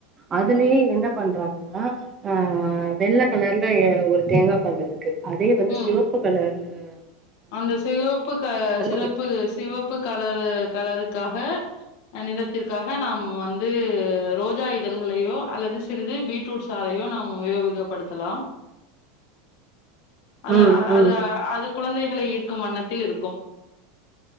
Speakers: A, on the right (about 20°); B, on the left (about 55°).
A: அதுலயே
B: ம்
A: என்ன பண்றாங்க. ஆஹ ஆஹ் வெள்ள கலர்ல ஒரு தேங்காய் பல் இருக்கு. அதைய வந்து
B: ம்
A: சிவப்பு கலர்ல ஆ
B: அந்த சிவப்பு சிறப்பு
A: ஒரு
B: சிவப்பு கலரு கலருக்காக நிலத்திற்காக நாம் வந்து ரோஜா இதழ்களையோ அல்லது சிறிது பீட்ரூட் சாரையோ நாம் உபயோகப்படுத்தலாம். அது
A: ம் ம்
B: அது அது குழந்தை ளை ஈர்க்கும் வண்ணத்தில் இருக்கும்.